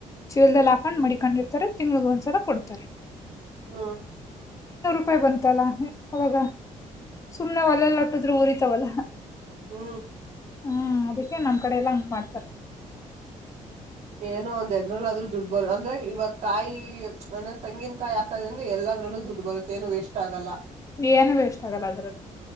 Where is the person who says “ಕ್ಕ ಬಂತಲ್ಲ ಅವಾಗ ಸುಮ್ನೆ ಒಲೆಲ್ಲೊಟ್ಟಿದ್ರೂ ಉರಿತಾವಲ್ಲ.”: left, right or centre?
Left